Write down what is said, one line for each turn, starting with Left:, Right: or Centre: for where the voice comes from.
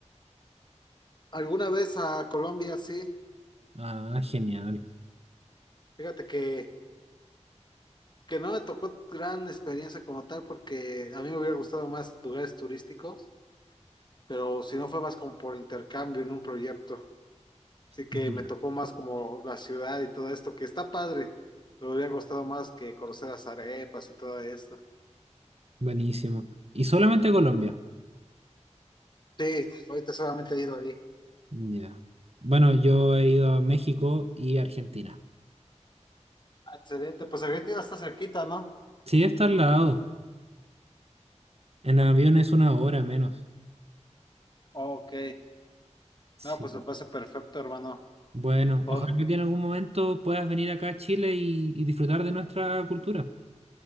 Left: Alguna vez a Colombia, sí.
Right: Ah, genial.
Left: Fíjate que, que no me tocó gran experiencia como tal, porque a mí me hubiera gustado más lugares turísticos, pero si no fue más como por intercambio en un proyecto. Así que
Right: Ya,
Left: me tocó más como la ciudad y todo esto, que está padre. Me hubiera gustado más que conocer las arepas y todo esto.
Right: buenísimo. ¿Y solamente Colombia?
Left: Sí, ahorita solamente he ido ahí.
Right: Ya. Bueno, yo he ido a México y Argentina.
Left: Excelente, pues Argentina está cerquita, ¿no?
Right: Sí, está al lado. En avión es una hora menos.
Left: Ok,
Right: Sí.
Left: no, pues me parece perfecto, hermano.
Right: Bueno,
Left: Por...
Right: ojalá que en algún momento puedas venir acá a Chile y, y disfrutar de nuestra cultura.